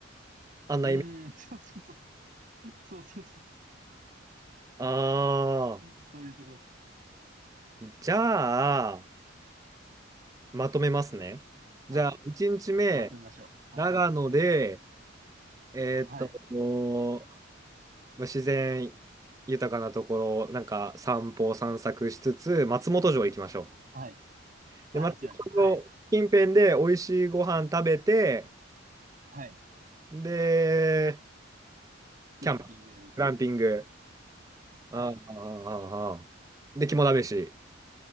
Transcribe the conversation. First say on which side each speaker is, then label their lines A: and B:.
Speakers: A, on the right; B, on the right.
A: あんなイメージ。
B: うーん、そうそうそうそう。そうそうそうそ
A: ああ、
B: う。いうとこです。
A: じゃあ、まとめますね。
B: はい。
A: じゃあ、1日目、
B: まとめましょう。
A: 長野で、
B: はい。
A: えーっと、
B: はい。
A: もうまあ自然豊かなところ、なんか散歩散策しつつ、松本城行きましょ
B: はい。
A: う。
B: はい、
A: で、松本城近辺で美味しいご飯食べて、
B: 行きましょう。はい。はい。
A: で、
B: グランピング、
A: キャンプ、グランピング、
B: はい。
A: あーあー、あーあーで、肝試し、